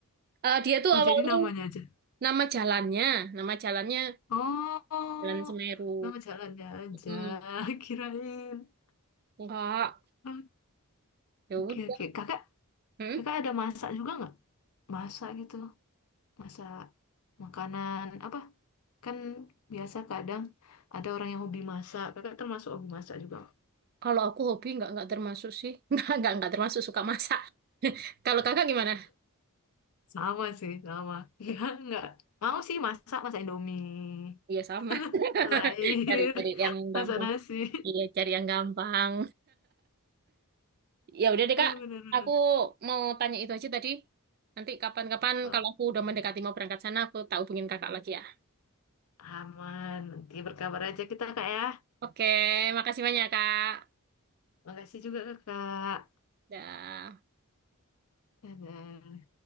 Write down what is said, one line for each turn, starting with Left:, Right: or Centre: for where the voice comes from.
Right: Eh, dia tuh
Left: Oh
Right: awalnya
Left: jadi namanya aja.
Right: nama jalannya, nama jalannya
Left: Oh,
Right: Jalan Semeru.
Left: nama jalannya aja.
Right: Hmm.
Left: <laughs> Kirain.
Right: Enggak,
Left: Ah,
Right: ya
Left: Oke
Right: udah.
Left: oke. Kakak,
Right: Hmm?
Left: kakak ada masak juga nggak? Masak gitu. Masak makanan apa? Kan biasa kadang ada orang yang hobi masak. Kakak termasuk hobi masak juga.
Right: Kalau aku hobi enggak enggak termasuk sih. <laughs> Enggak, enggak, enggak termasuk suka masak. <laughs> Kalau kakak gimana?
Left: Sama sih, sama. <laughs> ya nggak. Mau sih masak, masak Indomie,
Right: Iya sama. <laughs>
Left: masak air,
Right: Cari cari
Left: <laughs>
Right: yang gampang.
Left: masak nasi.
Right: Iya, cari yang gampang. Ya udah deh
Left: Eh,
Right: Kak,
Left: Bener-bener.
Right: aku mau tanya itu aja tadi. Nanti kapan-kapan
Left: Oh,
Right: kalau aku udah mendekati mau berangkat sana, aku tak hubungin Kakak lagi ya.
Left: aman. Nanti berkabar aja kita, Kak, ya.
Right: Oke, makasih banyak Kak.
Left: Makasih juga, Kakak.
Right: Dah.
Left: Dadah.